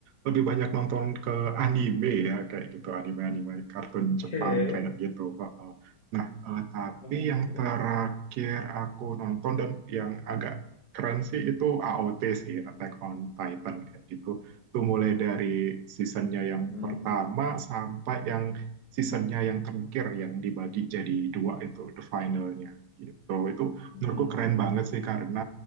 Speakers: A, on the right; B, on the left.
A: lebih banyak nonton ke anime ya kayak gitu anime-anime kartun
B: Oke,
A: Jepang kayak gitu. Heeh. Nah, eh, tapi
B: memang
A: yang
B: ada ini.
A: terakhir aku nonton dan yang agak keren sih itu AOT sih Attack on Titan kayak gitu. Itu mulai dari seasonnya yang
B: hmm.
A: pertama sampai yang seasonnya yang terakhir yang dibagi jadi dua itu the finalnya gitu. Itu
B: hmm.
A: menurutku keren banget sih karena